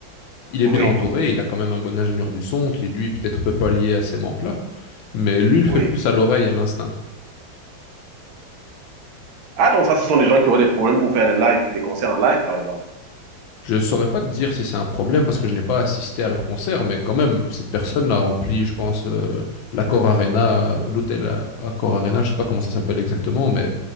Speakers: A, on the left; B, on the right.
A: Il est
B: Oui,
A: bien entouré, il a quand même un bon ingénieur du son qui, lui, peut-être peut pallier à ces manques-là. Mais lui, il le
B: oui.
A: fait plus à l'oreille, à l'instinct.
B: Ah donc ça, ce sont des gens qui auraient des problèmes pour faire des lives, des concerts en live par exemple.
A: Je saurais pas te dire si c'est un problème parce que je n'ai pas assisté à leur
B: Oui,
A: concert, mais quand même, cette personne
B: oui.
A: a rempli, je pense, euh, l'Accor Arena, euh, l'hôtel A- Accor Arena, je sais pas comment ça s'appelle exactement, mais